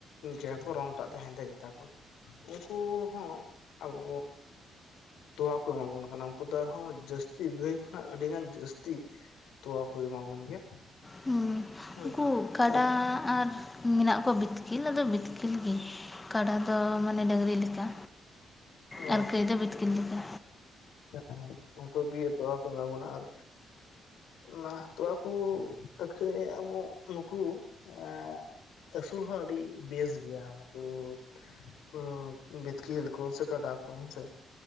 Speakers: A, on the left (about 80°); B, on the left (about 20°).
A: ᱜᱮᱭᱟ ᱠᱚ ᱨᱚᱝᱴᱟᱜ ᱫᱚ ᱦᱮᱸᱫᱮ ᱜᱮᱛᱟ ᱠᱚ ᱩᱱᱠᱩ ᱦᱚᱸ ᱟᱵᱚ ᱛᱳᱣᱟ ᱠᱚ ᱮᱢᱟ ᱵᱚᱱ ᱠᱟᱱᱟ ᱩᱱᱠᱩ ᱫᱚ ᱟᱨᱦᱚᱸ ᱡᱟᱹᱥᱛᱤ ᱜᱟᱹᱭ ᱠᱷᱚᱱᱟᱜ ᱟᱹᱰᱤ ᱜᱟᱱ ᱡᱟᱹᱥᱛᱤ ᱛᱳᱣᱟ ᱠᱚ ᱮᱢᱟᱵᱚᱱ ᱜᱮᱭᱟ
B: ᱦᱩᱸ
A: ᱦᱮᱸ
B: ᱩᱱᱠᱩ ᱠᱟᱰᱟ
A: ᱟᱨ
B: ᱟᱨ ᱢᱮᱱᱟᱜ ᱠᱚ ᱵᱤᱛᱠᱤᱞ ᱟᱫᱚ ᱵᱤᱛᱠᱤᱞ ᱜᱤ ᱠᱟᱰᱟ ᱫᱚ ᱢᱟᱱᱮ ᱰᱟᱹᱝᱨᱤ ᱞᱮᱠᱟ
A: ᱚ
B: ᱟᱨ ᱜᱟᱹᱭ ᱫᱚ ᱵᱤᱛᱠᱤᱞ ᱞᱤᱠᱟ
A: ᱦᱮᱸ ᱦᱮᱸ ᱩᱱᱠᱩ ᱜᱤ ᱛᱚᱣᱟ ᱠᱚ ᱮᱢᱟ ᱵᱚᱱᱟ ᱟᱨ ᱚᱱᱟ ᱛᱳᱣᱟ ᱠᱩ ᱟᱹᱠᱷᱨᱤᱧ ᱮᱢᱚᱜᱼ ᱱᱩᱠᱩ ᱮ ᱟᱹᱥᱩᱞ ᱦᱚᱸ ᱟᱹᱰᱤ ᱵᱮᱥ ᱜᱤᱭᱟ ᱱᱩᱠᱩ ᱦᱩ ᱵᱤᱛᱠᱤᱞ ᱠᱩ ᱥᱮ ᱠᱟᱰᱟ ᱠᱩ ᱦᱮᱸ ᱥᱮ